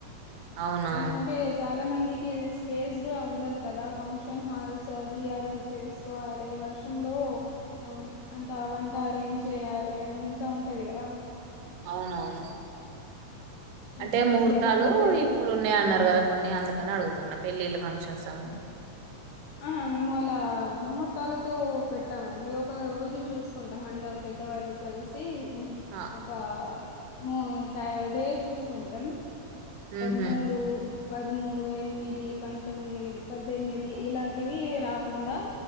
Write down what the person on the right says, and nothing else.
అవునా
అవునవును అంటే
ముహూర్తాలు
ఇప్పుడున్నాయి అన్నారు కదా కొన్ని అందుకని అడుగుతున్నా పెళ్ళిళ్ళ ఫంక్షన్ అవి అన్ని
ఆ
ఉహు